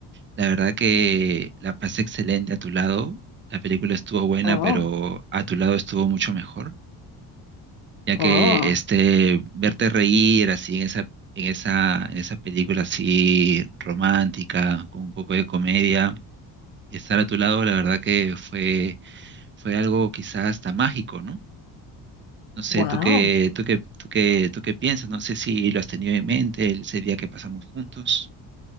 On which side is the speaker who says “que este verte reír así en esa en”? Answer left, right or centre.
Right